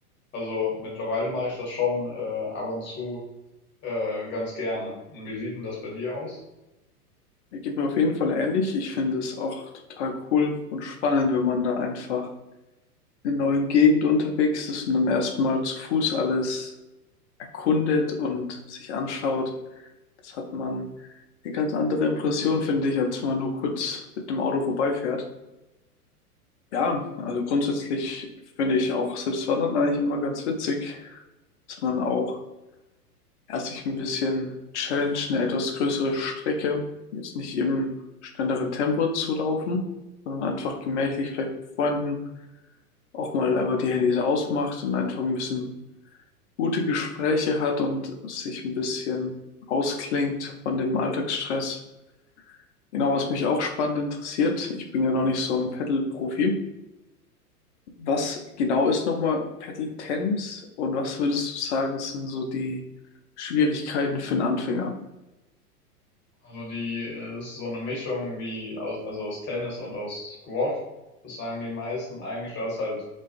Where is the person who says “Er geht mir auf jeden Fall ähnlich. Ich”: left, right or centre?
Left